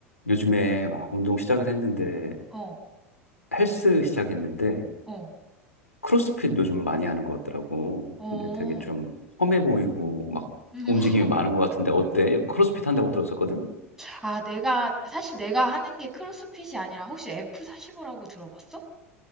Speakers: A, on the left (about 85°); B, in the centre.
A: 요즘에 아, 운동 시작을 했는데
B: 어,
A: 헬스 시작했는데
B: 어,
A: 크로스핏 요즘 많이 하는 것 같더라고.
B: 어.
A: 근데 되게 좀 험해 보이고 막
B: 음,
A: 움직임이
B: <laughs>
A: 많은 것 같은데 어때? 크로스핏 한다고 들었었거든?
B: 아, 내가, 사실 내가 하는 게 크로스핏이 아니라 혹시 F45라고 들어봤어?